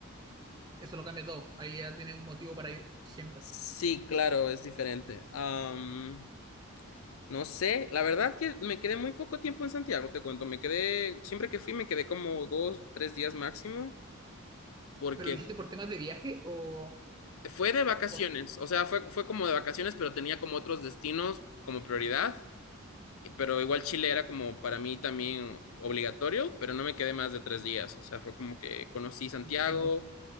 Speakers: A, on the right; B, on the left.
A: Eso lo cambia todo. Ahí ya tienes un motivo para ir siempre.
B: Sí, claro, es diferente. Am, no sé, la verdad que me quedé muy poco tiempo en Santiago, te cuento, me quedé, siempre que fui me quedé como dos, tres días máximo, porque
A: ¿Pero lo hiciste por temas de viaje o
B: fue de vacaciones,
A: ocio?
B: o sea, fue, fue como de vacaciones, pero tenía como otros destinos como prioridad. pero igual Chile era como para mí también obligatorio, pero no me quedé más de tres días, o sea, fue como que conocí Santiago,
A: Entiendo.